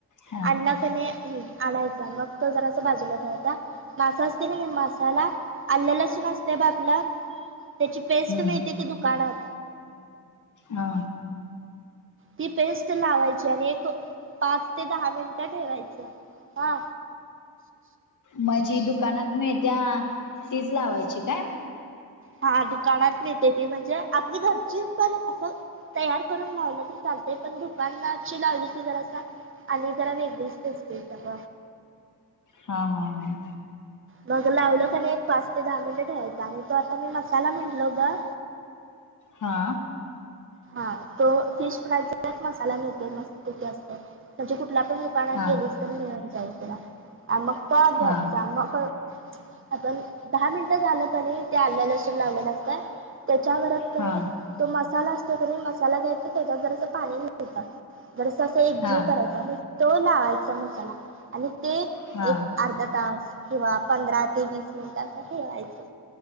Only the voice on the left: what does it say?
हा
हम्म
हा
माझी दुकानात मीळ त्या्या तीच लावायची काय.
हा हा हा.
हा
हा
हा
हा
हा
हा हा